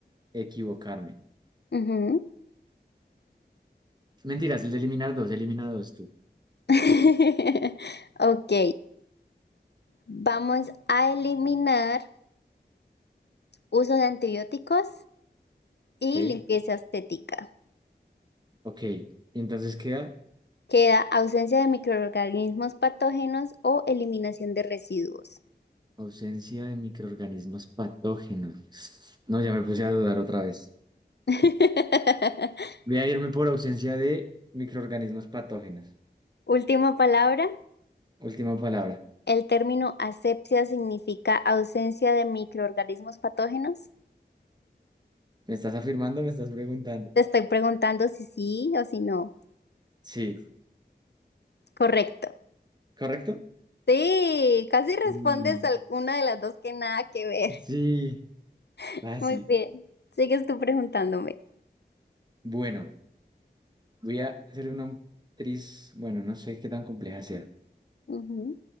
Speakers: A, on the right; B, on the left.
A: equivocarme.
B: ujú.
A: Mentiras, el de eliminar dos, elimina dos tú.
B: <laughs> Ok, vamos a eliminar uso de antibióticos y
A: Ok,
B: limpieza estética.
A: ok. Y entonces queda
B: Queda ausencia de microorganismos patógenos o eliminación de residuos.
A: ausencia de microorganismos patógenos. No, ya me puse a dudar otra vez.
B: <laughs>
A: Voy a irme por ausencia de microorganismos patógenos.
B: Última palabra.
A: Última palabra.
B: El término asepsia significa ausencia de microorganismos patógenos.
A: ¿Me estás afirmando? ¿Me estás preguntando?
B: Te estoy preguntando si sí o si no.
A: Sí,
B: Correcto.
A: ¿correcto?
B: Sí, casi respondes
A: Y-
B: a una de las dos que nada que ver.
A: Sí,
B: <laughs>
A: así.
B: Muy bien. Sigues tú preguntándome.
A: Bueno, voy a hacer una actriz, bueno, no sé qué tan compleja sea.
B: Ujú.